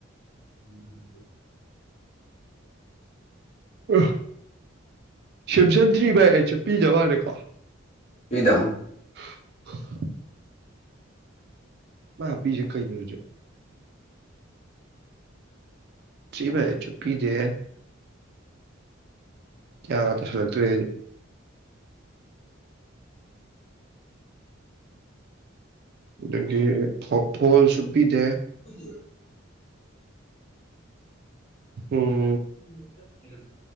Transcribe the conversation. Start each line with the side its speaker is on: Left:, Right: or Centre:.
Left: ꯎꯝ ꯍꯝ
Right: ꯑ ꯁꯤꯝꯁꯟ ꯊ꯭ꯔꯤ ꯕꯥꯏ ꯑꯩꯠꯆ ꯄꯤꯖꯋꯥꯅꯦꯦꯀꯣ
Left: ꯏꯗꯗꯝ
Right: <unintelligible> ꯃꯥ ꯕꯤꯖꯦ ꯀꯩꯗꯔꯨꯖ ꯁꯤꯚꯥꯏ ꯆꯨꯞꯄꯤꯗꯦ ꯀꯌꯥ ꯇꯁꯇꯔꯦ ꯑꯗꯒꯤ ꯐ ꯐꯣꯜ ꯁꯕꯤꯗꯦ
Left: <inaudible>
Right: ꯎꯝ
Left: <inaudible>